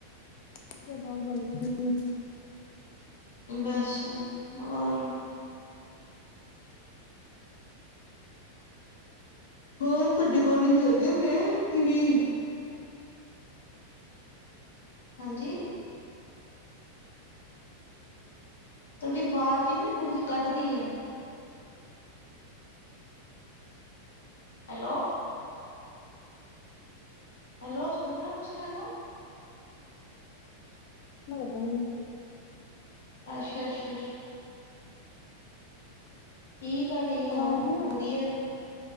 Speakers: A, on the left; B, on the left.
A: <inaudible>
B: ਬਸ ਹੁਨ ਹੋਰ ਹੋਰ ਤੁਹਾਡੇ ਕੋਲੇਜ ਲੱਗੇ ਪਏ ਕਿ ਨਈ ਹਾਂਜੀ ਤੁਹਾਡੀ ਆਵਾਜ਼ ਹੀ ਨਾ ਥੋੜੀ ਜਿਹੀ ਕੱਟ ਰਈ ਐ। ਹੈਲੋ ਹੈਲੋ ਸੁਨ ਰਏ ਓ ਤੁਸੀ ਮੈਂਨੂੰ
A: ਲੱਗਨਗੇ।
B: ਅੱਛਾ-ਅੱਛਾ-ਅੱਛਾ ਠੀਕ ਆ ਠੀਕ ਆ
A: ਆਵਾਜ਼ ਨੀ
B: ਵਧੀਆ ਨੇ